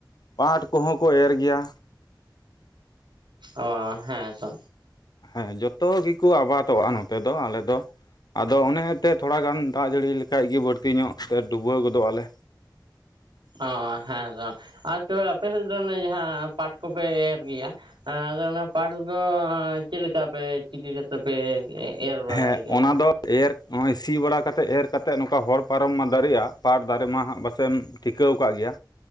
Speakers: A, on the left (about 60°); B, on the right (about 80°).
A: ᱯᱟᱴ ᱠᱚᱦᱚᱸ ᱠᱚ ᱮᱨ ᱜᱮᱭᱟ
B: ᱚᱸ ᱦᱮᱸ ᱛᱚ
A: ᱦᱮᱸ ᱡᱚᱛᱚ ᱜᱮᱠᱚ ᱟᱵᱟᱫᱚᱜᱼᱟ ᱱᱚᱛᱮ ᱫᱚ ᱟᱞᱮ ᱫᱚ ᱟᱫᱚ ᱚᱱᱮ ᱮᱱᱛᱮ ᱛᱷᱚᱲᱟ ᱜᱟᱱ ᱫᱟᱜ ᱡᱟᱹᱲᱤ ᱞᱮᱠᱷᱟᱡ ᱜᱮ ᱵᱟᱹᱲᱛᱤ ᱧᱚᱜ ᱛᱮ ᱰᱩᱵᱟᱹᱣ ᱜᱚᱫᱚᱜ ᱟᱞᱮ
B: ᱚ ᱦᱮᱸ ᱛᱚ ᱟᱨ ᱛᱚᱵᱮ ᱟᱯᱮ ᱥᱮᱫ ᱫᱚ ᱚᱱᱮ ᱡᱟᱦᱟᱸ ᱯᱟᱴ ᱠᱚᱯᱮ ᱮᱨ ᱜᱮᱭᱟ᱾ ᱟᱫᱚ ᱚᱱᱟ ᱯᱟᱴ ᱫᱚ ᱪᱮᱫ ᱞᱮᱠᱟ ᱯᱮ ᱪᱤᱠᱟᱹ ᱠᱟᱛᱮ ᱯᱮ, ᱮ ᱮᱨ ᱵᱟᱲᱟᱭ
A: ᱦᱮᱸ
B: ᱜᱮᱭᱟ?
A: ᱚᱱᱟ ᱫᱚ ᱮᱨ ᱱᱚᱜᱼᱚᱭ ᱥᱤ ᱵᱟᱲᱟ ᱠᱟᱛᱮᱫ ᱮᱨ ᱠᱟᱛᱮᱫ ᱱᱚᱝᱠᱟ ᱦᱚᱲ ᱯᱟᱨᱚᱢ ᱢᱟ ᱫᱟᱨᱮᱜ-ᱟ ᱯᱟᱴ ᱫᱟᱨᱮ ᱢᱟ ᱦᱟᱸᱜ ᱵᱟᱥᱮᱢ ᱴᱤᱠᱟᱹᱣ ᱠᱟᱜ ᱜᱮᱭᱟ᱾